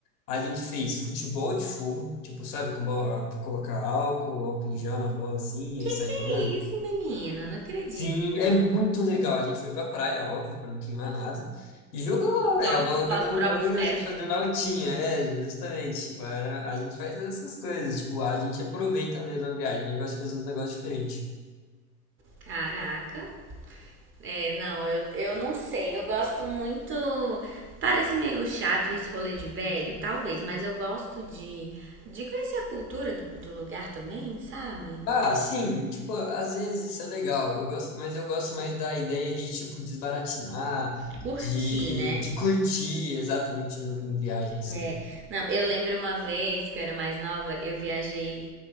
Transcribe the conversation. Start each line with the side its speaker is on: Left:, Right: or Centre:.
Left: a gente fez futebol de fogo, tipo, sabe, com bola, colocar álcool, álcool em gel na bola assim,
Right: Que
Left: e aí sai
Right: que é
Left: jogando.
Right: isso, menino? Não acredito,
Left: Sim, é
Right: não.
Left: muito legal. A gente foi pra praia, óbvio, pra não queimar nada. E jogou bola, velho.
Right: Só
Left: A
Right: os,
Left: bola
Right: só
Left: pegando
Right: os próprios
Left: fogo e
Right: pés?
Left: a gente fazendo altinha, é, justamente. Tipo, era- a gente faz essas coisas, tipo, a gente aproveita mesmo a viagem, a gente gosta de fazer uns negócios diferentes.
Right: Caraca. É, não, eu, eu não sei. Eu gosto muito. Parece meio chato esse rolê de velho, talvez, mas eu gosto de, de conhecer a cultura do, do lugar também, sabe?
Left: Ah, sim, tipo, às vezes isso é legal. Eu gosto, mas eu gosto mais da ideia de tipo desbaratinar,
Right: Curtir,
Left: de,
Right: né?
Left: de curtir exatamente no- em viagem assim.
Right: É. Não, eu lembro uma vez que eu era mais nova, eu viajei